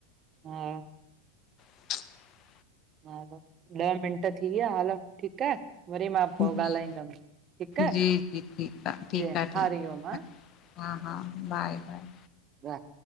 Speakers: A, on the right; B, on the left.
A: हा!
B: <inaudible>
A: हलो, ॾह मिंट थी विया हलो ठीक आहे। वरी मां पोइ
B: जी
A: ॻाल्हाईंदम ठीक आहे
B: जी जी ठीकु ठीकु आहे ठीकु
A: हरिओम हा
B: आहे हा हा, बाए- बाए।
A: वाह!